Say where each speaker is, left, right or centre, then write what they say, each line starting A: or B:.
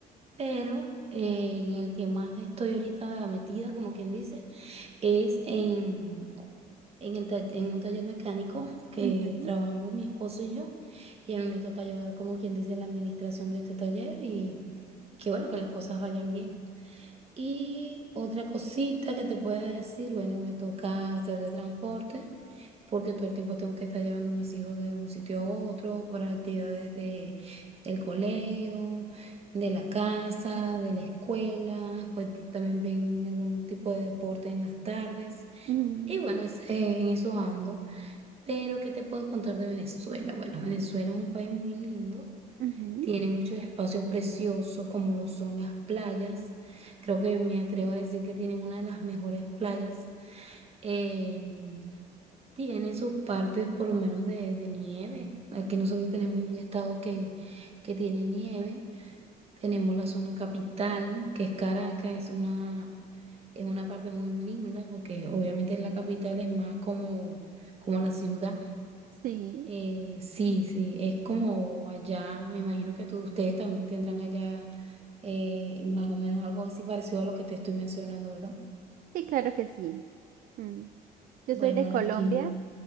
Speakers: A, on the right; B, on the right.
A: pero eh, en el que más estoy ahorita metida, como quien dice, es en, en, el ta- en un taller mecánico que
B: Ujú,
A: trabajamos mi esposo y yo, y a mí me toca llevar, como quien dice, la administración de este taller y, y que bueno, que las cosas vayan bien. Y otra cosita que te pueda decir, bueno, me toca hacer de transporte, porque todo el tiempo tengo que estar llevando a mis hijos de un sitio a otro para actividades de, del colegio, de la casa, de la escuela, pues también ven algún tipo de deporte en las tardes.
B: mm,
A: Y bueno, es, eh, en eso ando. Pero, ¿qué te puedo contar de Venezuela? Bueno, Venezuela es un país muy lindo.
B: ujú.
A: Tiene muchos espacios preciosos como lo son las playas. Creo que me atrevo a decir que tiene una de las mejores playas. Em, tiene sus partes por lo menos de, de nieve. Aquí nosotros tenemos un estado que, que tiene nieve. Tenemos la zona capital, que es Caracas, es una, es una parte muy linda porque obviamente es la capital, es más como, como la ciudad.
B: Sí,
A: Eh, sí, sí, es como allá, me imagino que tú, ustedes también tendrán allá eh, más o menos algo así parecido a lo que te estoy mencionando, ¿verdad?
B: sí, claro que sí. Mm. Yo
A: Bueno,
B: soy de Colombia,
A: no, aquí,